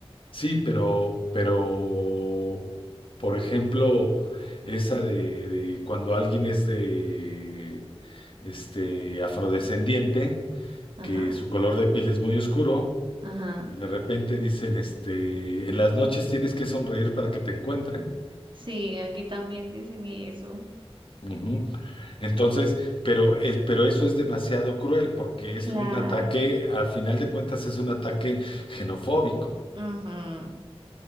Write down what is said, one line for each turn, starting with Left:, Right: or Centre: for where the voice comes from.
Left: Sí, pero, pero, por ejemplo, esa de, de cuando alguien es de, este, afrodescendiente,
Right: Ajá,
Left: que su color de piel es muy oscuro,
Right: ajá.
Left: y de repente dicen, este, en las noches tienes que sonreír para que te encuentren.
Right: Sí, aquí también dicen eso.
Left: Ujú. Entonces, pero, es- pero eso es demasiado cruel porque
Right: Claro.
Left: es un ataque, al final de cuentas es un ataque xenofóbico,
Right: ujú,